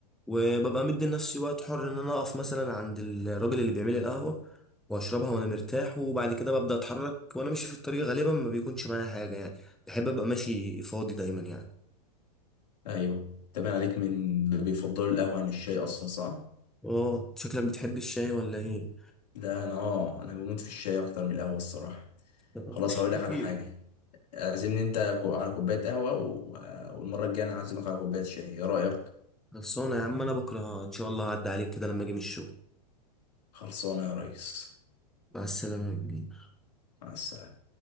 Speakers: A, in the centre; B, on the left (about 75°).
A: وببقى مدي لنفسي وقت حر إن أنا أقف مثلا عند الراجل اللي بيعمل لي القهوة وأشربها وأنا مرتاح وبعد كده ببدأ أتحرك وأنا ماشي في الطريق غالبا ما بيكونش معايا حاجة يعني بحب أبقى ماشي فاضي دايما يعني
B: ايوه تبان عليك من اللي بيفضلوا القهوة عن الشاي اصلا صح
A: أه شكلك بتحب الشاي ولا إيه؟
B: لا انا اه انا بموت في الشاي اكتر من القهوة الصراحة
A: لا،
B: خلاص
A: هو الشاي
B: هقول لك على حاجة اعزمني انت كو- على كوباية قهوة و... والمرة الجاية انا هعزمك على كوباية شاي ايه رأيك
A: خلصانة يا عم أنا بكرة إن شاء الله هعدي عليك كده لما أجي من الشغل
B: خلصانة يا ريس
A: مع السلامة يا كبير
B: مع السلامة